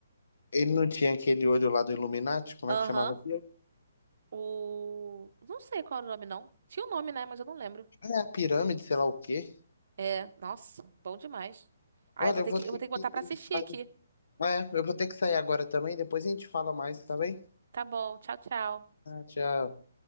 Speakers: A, on the left; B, on the right.
A: Ele não tinha aquele olho lá do Illuminati, como
B: Aham.
A: é que chamava aquilo?
B: O. Não sei qual era o nome, não. Tinha o nome, né? Mas eu não lembro.
A: É, a pirâmide, sei lá o quê.
B: É, nossa, bom demais. Ai,
A: Olha,
B: eu vou
A: eu
B: ter
A: vou
B: que,
A: ter
B: eu vou ter que botar
A: que
B: pra assistir
A: sair.
B: aqui.
A: É, eu vou ter que sair agora também, depois a gente fala mais, tá bem?
B: Tá bom, tchau, tchau.
A: Tchau.